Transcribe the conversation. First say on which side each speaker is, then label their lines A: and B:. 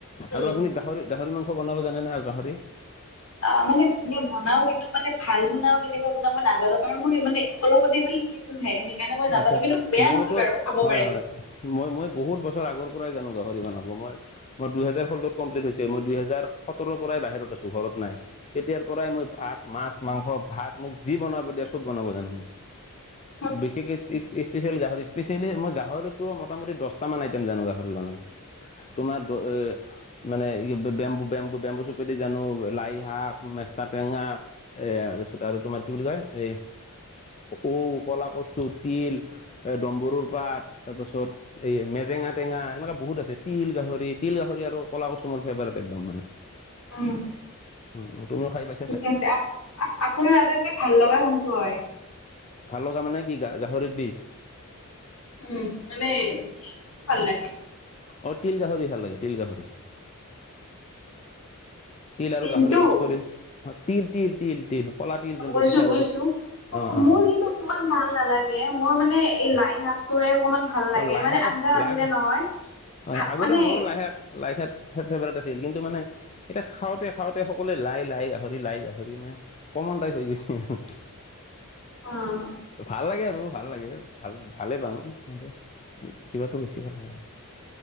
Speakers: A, on the left; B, on the left.
A: উম,
B: আৰু আপুনি গাহৰি-গাহৰি মাংস বনাব জানে নে আৰু গাহৰি?
A: অ মানে এনেই বনাও, কিন্তু মানে ভাল বনাও, কেনেকোৱা বনাও মই নাজানো। আৰু মই মানে অলপতে মই শিকিছোহে সেইকাৰণে মই নাজানো
B: আচ্ছা
A: কিন্তু বেয়া
B: মইতো
A: নহয় বাৰু খাব
B: হয়
A: পাৰি।
B: হয় মই মই, বহুত বছৰ আগৰ পৰাই জানো গাহৰি বনাব মই মই দুহেজাৰ ষোল্লত কমপ্লিট হৈছে, মই‌ দুহেজাৰ সোতৰৰ পৰাই বাহিৰত আছো ঘৰত নাই তেতিয়াৰ পৰাই মই ভাত মাছ মাংস ভাত মোক যি বনাব দিয়া চব বনাব জানো মই।
A: <inaudible>
B: বেছিকে- ইচ স্পেচিয়েল গাহৰি, স্পেচিয়েলি মই গাহৰিটোৰ মোটামুটি দহটা মান আইটিয়েম জানো গাহৰি বনাব। তোমাৰ দ এ মানে বেম্বু বেম্বু বেম্বু চুপেদি জানো, লাই শাক, মেষ্টা টেঙা- এ তাৰপিছত আৰু তোমাৰ কি বুলি কয় এ ঔ, কলা কচুত তিল, এ দম্বৰুৰ পাত তাৰপাছত- এই মেজেঙা টেঙা এনেকা বহুত আছে, তিল গাহৰি, তিল গাহৰি আৰু কলা কচু মোৰ ফেভাৰেট একদম মানে।
A: উম।
B: উম তুমিও খাই পাই
A: ঠিকে আছে, আ আপোনাৰ আটাইতকৈ ভাল লগা কোনটো হয়?
B: ভাল লগা মানে কি গা গাহৰি দিছ
A: উম মানে ভাল লাগে
B: অ তিল গাহৰি ভাল লাগে তিল গাহৰি। তিল আৰু
A: তিলটো
B: গাহৰি মিক্স কৰি, অ তিল তিল তিল তিল কলা তিল যোনটো
A: বুজিছো,
B: পিঠাগুৰি
A: বুজিছো।
B: অ অ
A: মোৰ কিন্তু সিমান ভাল নালাগে মোৰ মানে এই লাই
B: অ
A: শাকটোৰে অকমান ভাল ভাল লাগে,
B: অ লাইশাক
A: মানে আঞ্জা ৰান্ধিলে
B: লাইশাক
A: নহয়।
B: হয়,
A: ভা
B: আগতে
A: মানে
B: মোৰতো লাইশাক লাইশাক ফেভাৰেট আছিল কিন্তু মানে এতিয়া খাওতে, খাওতে সকলোৱে লাই লাই গাহৰি লাই গাহৰি মানে কমন টাইপ হৈ গৈছে আও
A: উম
B: ভাল লাগে আৰু ভাল লাগে। ভাল ভালেই পাঙ, কিন্তু কিবাটো বেছি ভাল লাগে ন